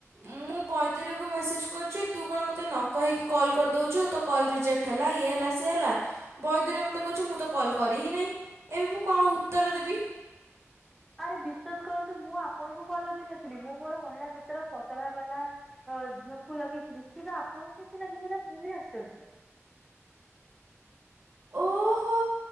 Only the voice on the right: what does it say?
ମୁଁ ବୈଦରିଅ କୁ ମେସେଜ୍ କରିଚି ତୁ କଣ ମୋତେ ନ କହିକି କଲ୍ କରିଦଉଚୁ। ତୋ କଲ୍ ରିଜେକ୍ଟ ହେଲା ଇଏ ହେଲା ସିଏ ହେଲା। ବୈଦରୀଅ ମତେ କହୁଚି ମୁଁ ତ କଲ୍ କରି ହିଁ ନାହିଁ। ଏବେ ମୁଁ କଣ ଉତ୍ତର ଦେବି।
ଓହୋ।